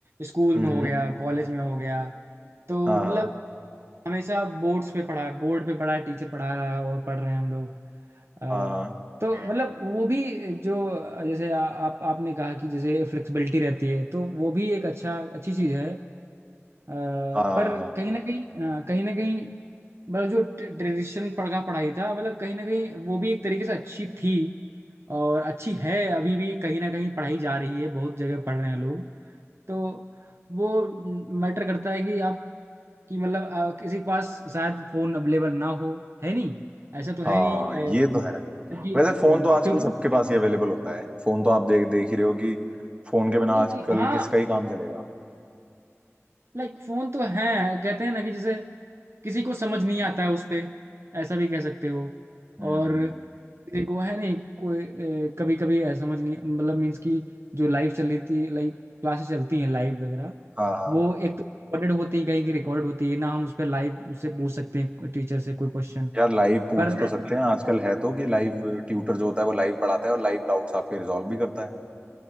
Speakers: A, on the right; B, on the right.
A: स्कूल
B: हम्म
A: में
B: हम्म,
A: हो गया कॉलेज में हो गया तो
B: हाँ
A: मतलब
B: हाँ
A: हमेशा बोर्ड्स पे पढ़ा है बोर्ड पे पढ़ा है टीचर पढ़ा रहा है और पढ़ रहे हैं हम लोग अ,
B: हाँ हाँ
A: तो मतलब वो भी जो अ, जैसे आ, आप आपने कहा कि जैसे फ्लेक्सिबिलिटी रहती है तो वो भी एक अच्छा अच्छी चीज़ है अ, पर
B: हाँ हाँ हाँ,
A: कहीं ना कहीं अ, कहीं ना कहीं मतलब जो ट्रेडिशन पढ़ा पढ़ाई था मतलब कहीं ना कहीं वो भी एक तरीके से अच्छी थी और अच्छी है अभी भी कहीं ना कहीं पढ़ाई जा रही है बहुत जगह पढ़ रहे हैं लोग तो वो मैटर करता है कि आप कि मतलब अ, किसी के पास शायद फोन अवेलेबल ना हो है नहीं ऐसा तो है
B: हाँ,
A: नहीं अ,
B: ये तो है
A: क्योंकि
B: वैसे फोन
A: हम्म,
B: तो आजकल
A: क्योंकि
B: सबके पास ही अवेलेबल होता है फोन तो आप देख देख ही रहे हो कि फोन के बिना
A: नहीं
B: आजकल
A: हाँ
B: किसका ही काम चलेगा
A: लाइक फोन तो है कहते हैं ना कि जैसे किसी को समझ नहीं आता है उस पे ऐसा भी कह सकते हो
B: हम्म
A: और किसी को है नहीं कोई कभी कभी ऐसा समझ नहीं मतलब मीन्स की जो लाइव चल रही थी लाइव क्लासेस चलती हैं लाइव वगैरह
B: हाँ हाँ
A: वो एक तो रिकॉर्डेड होती है कहीं की रिकॉर्ड होती है ना हम उस पर लाइव उससे पूछ सकते हैं टीचर से कोई क्वेश्चन
B: यार लाइव पूछ
A: पर
B: तो सकते हैं आजकल है तो कि लाइव ट्यूटर जो होता है वो लाइव पढ़ाता है और लाइव डाउट्स आपके रिजॉल्व भी करता है